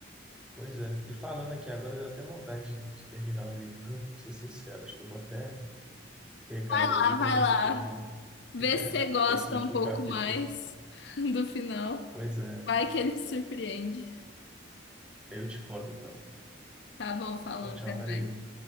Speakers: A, in the centre; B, on the left.
A: pois é. E falando aqui agora, deu até vontade de terminar o livro, viu? Pra ser sincero, acho que eu vou até pegar
B: Ah,
A: ele ali
B: vai
A: para ver
B: lá.
A: se eu termino
B: Vê
A: <laughs>
B: se você gosta
A: esse último
B: um pouco
A: capítulo.
B: mais <laughs> do final.
A: Pois é,
B: Vai que ele te surpreende.
A: eu te conto então.
B: Tá bom, falou.
A: Tchau, tchau,
B: até
A: Maria.
B: mais.